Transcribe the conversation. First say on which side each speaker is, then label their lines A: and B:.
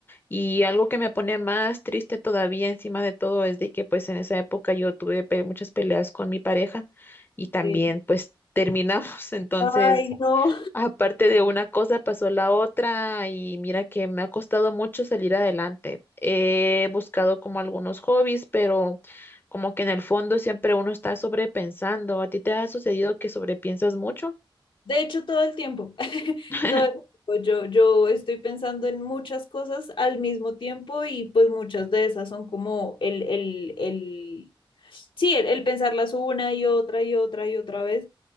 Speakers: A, on the left; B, on the left.
A: Y algo que me pone más triste todavía encima de todo es de que pues en esa época yo tuve pe- muchas peleas con mi pareja y también
B: Eh,
A: pues terminamos. <laughs> Entonces,
B: Ay, no.
A: aparte de una cosa pasó la otra y mira que me ha costado mucho salir adelante. He buscado como algunos hobbies, pero como que en el fondo siempre uno está sobrepensando. ¿A ti te ha sucedido que sobrepiensas mucho?
B: De hecho, todo el tiempo, <laughs>
A: <laughs>
B: todo el tiempo, yo, yo estoy pensando en muchas cosas al mismo tiempo y pues muchas de esas son como el, el, el, sí, el, el pensarlas una y otra y otra y otra vez.